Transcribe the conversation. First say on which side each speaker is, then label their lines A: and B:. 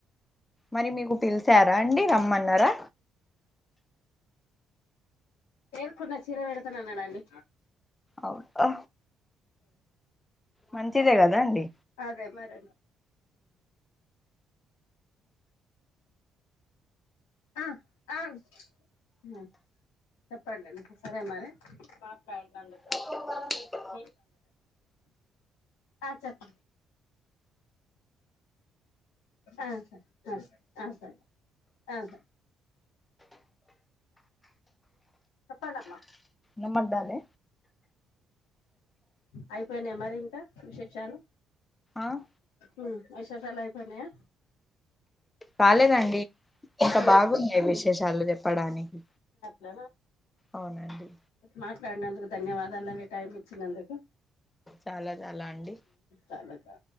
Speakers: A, on the left; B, on the left.
A: మరి మీకు పిలిచారా అండి రమ్మన్నారా
B: ఎరుకున్న చీర పెడుతున్నా న్నాడండి
A: అవునా మంచిదే కదా అండి
B: అదే మర్ ఆ ఆ మరి చెప్పండి సరే మరి మాట్లాడిన అందుకు
A: ఎ
B: <inaudible> హ చెప్ ఆ సార్ సర అహ చెప్పనామ్మా
A: నమ్మొద్దండి
B: అయిపోయినాయ మరి ఇంకా విశేషాలు
A: ఆ
B: ఉ విశేషాలు అయిపోయినయా
A: కాలేదండి ఇంకా
B: ఆ
A: బాగున్నాయి విశేషాలు చెప్పడానికి
B: ల
A: అవునండి
B: మాట్లాడనందుకు ధన్యవాద ఎలా టైమ్ ఇచ్చినందుక
A: చాలా చాలా అండి
B: చాలా చా